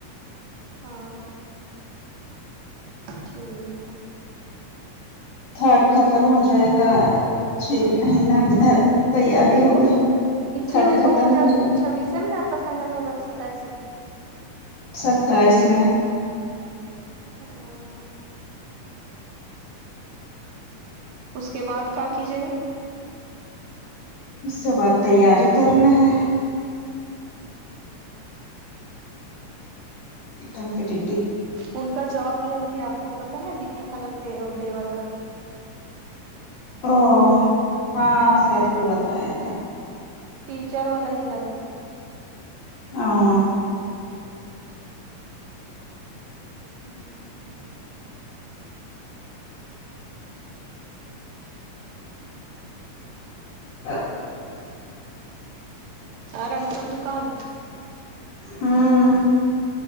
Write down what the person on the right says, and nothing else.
ہاں ٹھیک ہے
اسی
میں
دو ہزار
چھبیس سے میں نا آپ کا فائنل ہوگا ستائیس میں
ہاں، اس کے بعد کا کیجیے
ان کا جاب لگ گیا آپ کو پتا ہے بتی خالہ کہ دیور کا
ٹیچر والا ہی لگا
ہوں
اور انکل دکان